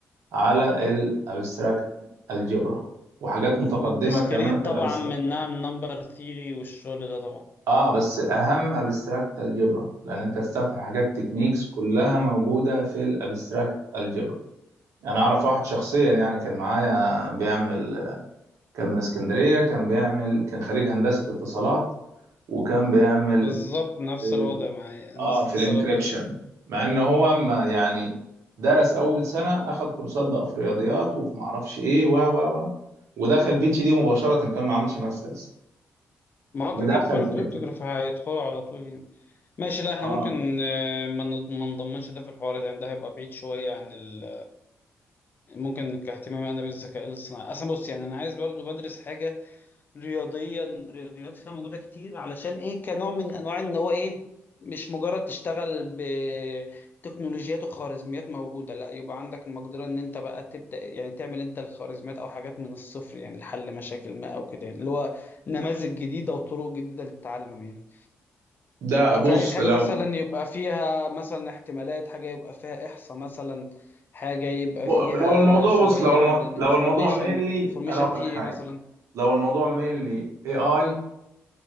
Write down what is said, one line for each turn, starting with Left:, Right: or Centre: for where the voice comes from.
Right: على الابستراكت الجبرا وحاجات متقدمة
Left: والديسكريت
Right: كمان في
Left: طبعا
Right: الابستراكت
Left: منها من نمبر ثيري والشغل ده طبعا
Right: اه بس الاهم ابستراكت الجبرا لان انت هتستخدم حاجات تكنيكس
Left: مم.
Right: كلها موجوده في الابستراكت الجبرا يعني اعرف واحد شخصيا يعني كان معايا بيعمل كان من اسكندريه كان بيعمل كان خريج هندسه اتصالات وكان بيعمل
Left: بالظبط نفس
Right: في ال...
Left: الوضع معايا هندسة
Right: اه في
Left: اتصالات
Right: الانكريبشن
Left: برضه
Right: مع ان هو ما يعني درس اول سنه اخد كورسات بقى في رياضيات وفي معرفش ايه و و و ودخل بي اتش دي مباشره كان ما عملش ماسترز
Left: ما هو
Right: ودخل
Left: كده كده بتوع
Right: في
Left: الكريبتوغراف
Right: الانكريبشن
Left: هيدخلوا على طول هنا ماشي لا احنا
Right: اه
Left: ممكن آه، ما ند- ما نضمنش ده في الحوارات يعني ده هيبقى بعيد شوية عن ال... ممكن كاهتمامي انا بالذكاء الاصطناعي اصلا بص يعني انا عايز برضو بدرس حاجة رياضيا رياضيات فيها موجوده كتير علشان ايه كنوع من انواع ان هو ايه مش مجرد تشتغل بتكنولوجيات وخوارزميات موجوده لا يبقى عندك المقدره ان انت بقى تبدا يعني تعمل انت الخوارزميات او حاجات من الصفر يعني لحل مشاكل ما او كده يعني اللي هو نماذج جديده وطرق جديده للتعلم يعني
Right: ده بص
Left: فعايز حاجه
Right: لو
Left: مثلا يبقى فيها مثلا احتمالات حاجه يبقى فيها احصاء مثلا حاجه يبقى
Right: ب-
Left: فيها
Right: لو الموضوع
Left: شويه
Right: بص لو الم...
Left: عن الانفورميشن
Right: لو الموضوع مينلي
Left: انفورميشن
Right: انا اقول
Left: ثيوري
Right: لك حاجه
Left: مثلا
Right: لو الموضوع مينلي اي اي